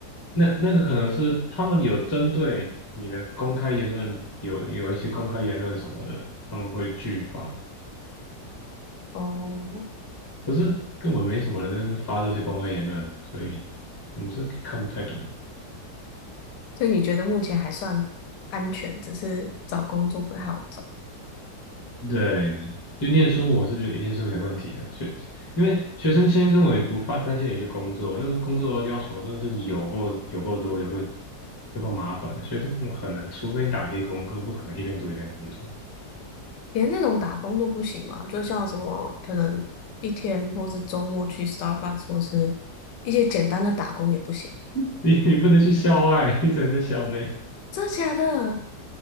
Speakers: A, on the left; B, on the left.
A: 那那个可能是他们有针对你的公开言论有有一些公开言论什么的，他们会拒发。
B: 哦，
A: 可是根本没什么人在那边发这些公开言论啊，所以我是看不太懂了。
B: 所以你觉得目前还算安全，只是找工作不太好找，
A: 对，就念书，我是觉得一定是没问题的。学，因为学生签根本也不怕担心你去工作，那时候工作要求真的是有够有够多，有够有够麻烦。学生很很难，除非你打黑工，根本不可能一边读一边工作。
B: 连那种打工都不行嘛，就像什么可能一天或是周末去 Starbucks 或是一些简单的打工也不行。
A: <laughs> 你你不能去校外，你只能在校内。
B: 真的假的？